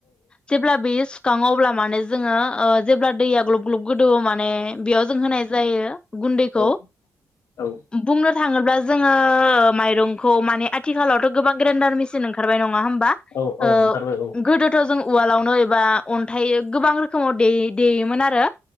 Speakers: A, on the left; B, on the left.
A: जेब्ला बेयो सुखाङो अब्ला माने जोङो ओ जेब्ला दैया ग्लब ग्लब गोदौओ माने ने बेयाव जों होनाय जायो गुन्दैखौ
B: औ औ
A: बुंनो थाङोब्ला जोङो माइरंखौ माने आथिखालावथ गोबां ग्रेन्डार मेसिन ओंखारबाय नङा होमब बा
B: औ
A: ओ
B: ओंखारबाय औ
A: गोदोथ जों उवालावनो एबा अन्थाय गोबां रोखोमाव देयो-देयोमोन आरो